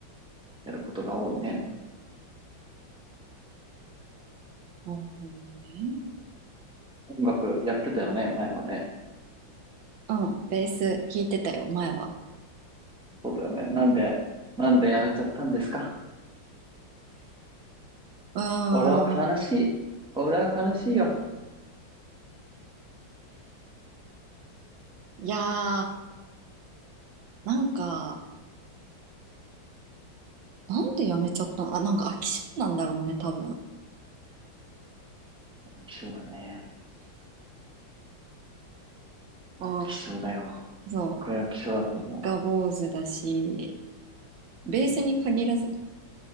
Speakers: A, in the centre; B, on the right.
A: やることが多いね。
B: ああー、なるほどね。
A: 音楽やってたよね、前はね。
B: うん、ベース弾いてたよ、前は。
A: そうだよね。なんで、なんでやめちゃったんですか
B: うー
A: 俺は悲しい。
B: ん、
A: 俺は悲しいよ。
B: いやー、なんか、なんでやめちゃったのあ、なんか飽き性なんだろうね、多分。あ
A: 飽き性だね。飽き性だよ。
B: あ、そう、
A: これは飽き性だと思
B: が坊主だし、
A: う。
B: ベースに限らずね。
A: うん。